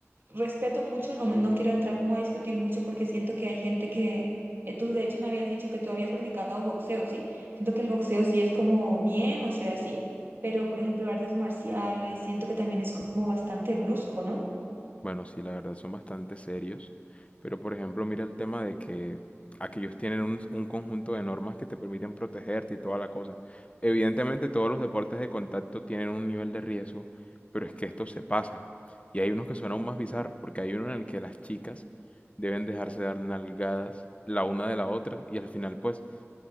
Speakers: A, on the right; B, on the left.
A: respeto mucho, no, me- no quiero entrar como a discutir mucho porque siento que hay gente que, eh, tú de hecho me habías dicho que tú habías practicado boxeo, ¿sí? Siento que el boxeo sí es como bien, o sea, sí, pero por ejemplo, artes marciales, siento que también es como bastante brusco, ¿no?
B: Bueno, sí, la verdad son bastante serios, pero por ejemplo, mira el tema de que aquellos tienen un, un conjunto de normas que te permiten protegerte y toda la cosa. Evidentemente todos los deportes de contacto tienen un nivel de riesgo, pero es que estos se pasan. Y hay unos que son aún más bizarros, porque hay uno en el que las chicas deben dejarse dar nalgadas la una de la otra y al final pues